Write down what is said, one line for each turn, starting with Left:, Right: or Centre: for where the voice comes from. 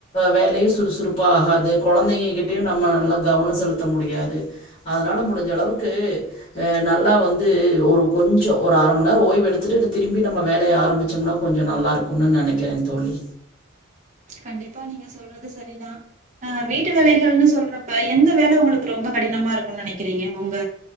Left: வேலயும் சுறுசுறுப்பா ஆகாது குழந்தைங்க கிட்டு நம்ம நல்லா கவன செலுத்த முடியாது அதனால முடிஞ்சளவுக்கு நல்லா வந் உம் ம் ஒரு கொஞ்சொ ஒரு அர மண்நேரம் ஓய்வு எடுத்துட்டு திரும்பி நம்ம வேலய ஆரம்பிச்சொம்னா கொஞ்ச நல்லா இருக்குனு நெனைக்கிறே தோழி
Right: கண்டிப்பா நீங்க சொல்றது சரிதா அஹ் வீட்டு வேலைகள்ன்னு சொல்றப்ப எந்த வேல உங்களுக்கு ரொம்ப கடினமாருக்கும்னு நெனைக்கிறீங்க உங்க